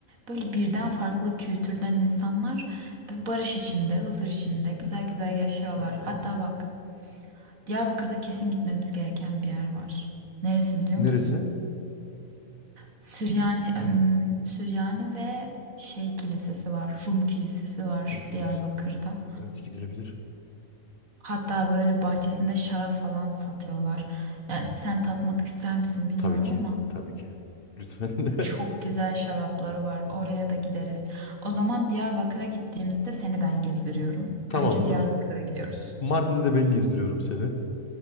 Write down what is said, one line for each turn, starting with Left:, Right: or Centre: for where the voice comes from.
Right: böyle birden farklı kültürden insanlar böyle barış içinde, huzur içinde güzel güzel yaşıyorlar.
Left: Ee,
Right: Hatta bak Diyarbakır'da kesin gitmemiz gereken bir yer var. Neresi biliyor
Left: Neresi?
Right: musun? Süryani, ım, Süryani ve şey kilisesi var, Rum kilisesi var
Left: Kumköy
Right: Diyarbakır'da.
Left: Sesi. Evet gidilebilir.
Right: Hatta böyle bahçesinde şarap falan satıyorlar. Yani sen tatmak ister misin bilmiyorum
Left: Tabii ki.
Right: ama
Left: Tabii ki. Lütfen. <laughs>
Right: çok güzel şarapları var. Oraya da gideriz. O zaman Diyarbakır'a gittiğimizde seni ben gezdiriyorum.
Left: Tamamdır.
Right: Önce Diyarbakır'a gidiyoruz.
Left: Mardin'de de ben gezdiriyorum seni.